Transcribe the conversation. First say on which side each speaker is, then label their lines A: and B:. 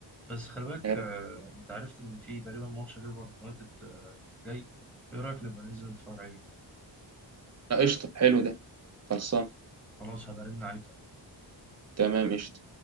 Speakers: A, in the centre; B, on the right.
A: بس خلي بالك
B: آه،
A: آه، أنت عرفت إن في تقريبا ماتش ليفر ويونايتد آه، جاي إيه رأيك نبقى ننزل نتفرج عليه
B: قشطه حلو ده خلصان
A: خلاص هبرن عليك
B: تمام قشطه